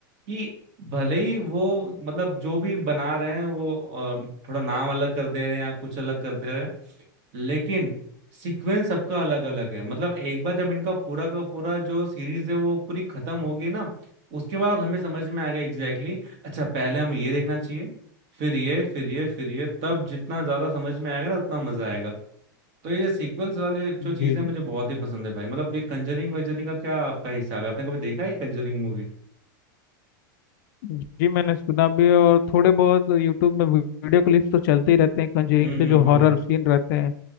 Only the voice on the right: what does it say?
कि भले ही वो मतलब जो भी बना रहे हैं वो अ, थोड़ा नाम अलग कर दे रहे हैं या कुछ अलग कर दे रहे हैं लेकिन सीक्वेंस सबका अलग अलग है मतलब एक बार जब इनका पूरा का पूरा जो सीरीज है वो पूरी खत्म होगी ना उसके बाद हमें समझ में आएगा एग्जैक्टली exactly, अच्छा पहले हमें ये देखना चाहिए फिर ये फिर ये फिर ये तब जितना ज्यादा समझ में आएगा ना उतना मजा आएगा तो ये सीक्वेंस वाली जो चीजें
मुझे बहुत ही पसंद है भाई मतलब ये कंजरिंग वंजरिंग का क्या आपका हिसाब है आपने कभी देखा है ये कंजरिंग मूवी
हम्म
हम्म